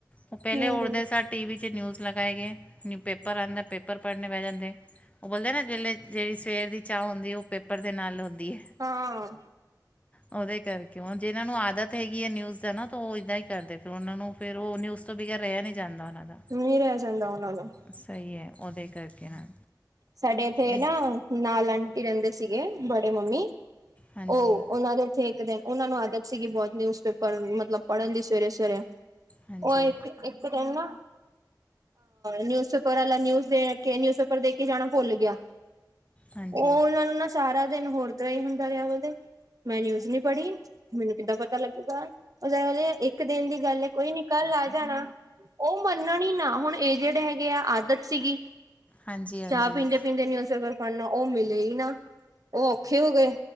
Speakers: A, on the left; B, on the right.
A: ਉਹ ਪਹਿਲੇ
B: ਹਮ
A: ਉਡਦੇ ਸਾਰ ਟੀ ਵੀ ਚ ਨਿਊਜ਼ ਲਗਾਏ ਗਏ, ਨੀ ਪੇਪਰ ਆਉਂਦਾ ਪੇ ਪੇਪਰ ਪੜ੍ਹਨੇ ਪੈ ਜਾਂਦੇ ਉਹ ਬੋਲਦੇ ਨਾ ਜੇਲੇ ਜਿਹੜੀ ਸਵੇਰ ਦੀ ਚਾਹ ਹੁੰਦੀ ਏ ਉਹ ਪੇਪਰ ਦੇ ਨਾਲ ਹੁੰਦੀ ਏ
B: ਹਾਂ
A: ਉਹਦੇ ਕਰਕੇ ਹੁਣ ਜਿਹਨਾਂ ਨੂੰ ਆਦਤ ਹੈਗੀ ਹੈ ਨਿਊਜ਼ ਦਾ ਨਾ ਤਾਂ ਉਹ ਏਦਾਂ ਹੀ ਕਰਦੇ ਫਿਰ ਉਹਨਾਂ ਨੂੰ ਫਿਰ ਉਹ ਨਿਊਜ਼ ਤੋਂ ਬਗੈਰ, ਰਿਹਾ ਨਹੀਂ ਜਾਂਦਾ ਉਹਨਾਂ ਦਾ।
B: ਨਹੀਂ ਰਹਿ ਜਾਂਦਾ ਉਹਨਾਂ ਨੂੰ।
A: ਸਹੀ ਏ, ਉਹਦੇ ਕਰਕੇ ਨਾ
B: ਸਾਡੇ ਇੱਥੇ
A: ਇਸ-
B: ਨਾ ਨਾਲ ਆਂਟੀ ਰਹਿੰਦੇ ਸੀਗੇ, ਬੜੇ ਮੰਮੀ।
A: ਹਾਂਜੀ
B: ਔ ਉਹਨਾਂ ਦੇ ਇਕ ਦਿਨ, ਉਹਨਾਂ ਨੂੰ ਆਦਤ ਸੀਗੀ, ਬਹੁਤ ਨਿਊਜ਼ਪੇਪਰ ਮਤਲਬ ਪੜ੍ਹਨ ਦੀ ਸਵੇਰੇ-ਸਵੇਰੇ।
A: ਹਾਂਜੀ
B: ਔ ਇਕ ਇਕ ਦਿਨ ਨਾ, ਨਿਊਜ਼ਪੇਪਰ ਵਾਲਾ ਨਿਊਜ਼ ਦੇਕੇ ਨਿਊਜ਼ਪੇਪਰ ਦੇਕੇ ਦੇ ਕੇ ਜਾਣਾ ਭੁੱਲ ਗਿਆ,
A: ਹਾਂਜੀ
B: ਔ ਉਹਨਾਂ ਨੂੰ ਨਾ ਸਾਰਾ ਦਿਨ ਹੋਰ ਤਰਾ ਹੀ ਹੁੰਦਾ ਰਿਹਾ ਉਹਦੇ ਮੈਂ ਨਿਊਜ਼ ਨਹੀਂ ਪੜ੍ਹੀ ਮੈਨੂੰ ਕਿੱਦਾਂ ਪਤਾ ਲੱਗੂਗਾ, ਉਹ ਇੱਕ ਦਿਨ ਦੀ ਗੱਲ ਏ, ਕੋਈ ਨੀ ਕੱਲ ਆ ਜਾਣਾ। ਔ ਮੰਨਣਾ ਨੀ ਨਾ ਹੁਣ ਏਜੇਡ ਹੈਗੇ ਆ ਐ, ਆਦਤ ਸੀਗੀ।
A: ਹਾਂਜੀ ਹਾਂਜੀ
B: ਚਾਹ ਪੀਂਦੇ ਪੀਂਦੇ ਨਿਊਜ਼ਪੇਪਰ ਪੜਨਾ, ਉਹ ਮਿਲੇ ਹੀ ਨਾ। ਔ ਔਖੇ ਹੋ ਗਏ,